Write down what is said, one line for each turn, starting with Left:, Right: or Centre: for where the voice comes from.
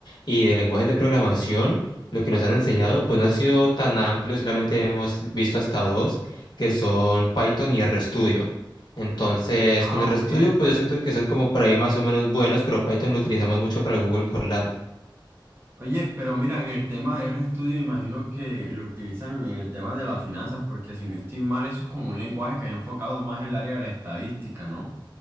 Left: Y de lenguajes de programación, lo que nos han enseñado, pues no ha sido tan amplio, solamente hemos visto hasta dos que son Python y RStudio. Entonces,
Right: Ah,
Left: con RStudio,
Right: ok.
Left: pues yo siento que son como por ahí más o menos buenos, pero Python lo utilizamos mucho para el Google Colab.
Right: Oye, pero mira, en el tema de RStudio, imagino que lo utilizan en el tema de las finanzas, porque si no estoy mal, eso es como un lenguaje que ha enfocado más en el área de la estadística, ¿no?